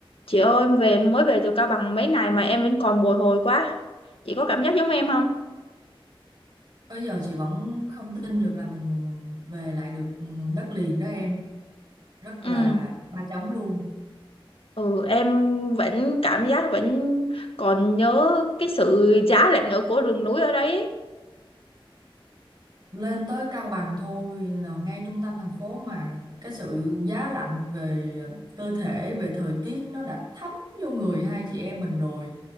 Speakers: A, on the left; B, on the right.
A: Chị ơi, em về em mới về từ Cao Bằng mấy ngày mà em vẫn còn bồi hồi quá. Chị có cảm giác giống em không?
B: Tới giờ chị vẫn không tin được là mình về lại được ừ, đất liền đó em. Rất
A: Ừ.
B: là ba chấm luôn.
A: Ừ, em vẫn cảm giác vẫn còn nhớ cái sự giá lạnh ở của rừng núi ở đấy. ấy.
B: Lên tới Cao Bằng thôi là ngay trung tâm thành phố mà cái sự giá lạnh về ờ, cơ thể, về thời tiết nó đã thấm vô người hai chị em mình rồi.